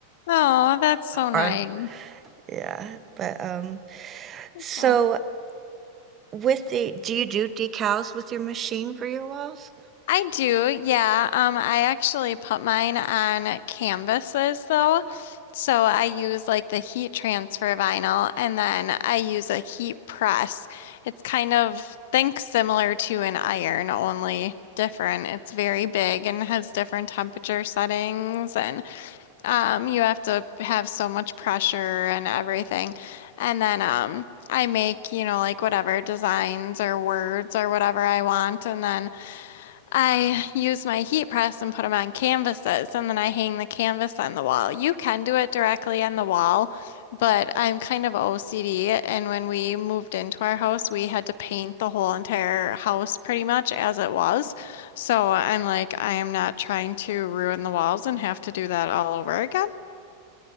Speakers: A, on the left; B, on the right.
A: Oh, that's so nice.
B: Or yeah, but um,
A: That's
B: so
A: awesome.
B: with the, do you do decals with your machine for your walls?
A: I do, yeah. Um, I actually put mine on canvases though. So I use like the heat transfer vinyl and then I use a heat press. It's kind of think similar to an iron, only different. It's very big and has different temperature settings and um you have to have so much pressure and everything. And then um I make, you know, like whatever designs or words or whatever I want and then I use my heat press and put them on canvases, and then I hang the canvas on the wall. You can do it directly on the wall, but I'm kind of OCD, and when we moved into our house, we had to paint the whole entire house pretty much as it was. So I'm like, I am not trying to ruin the walls and have to do that all over again.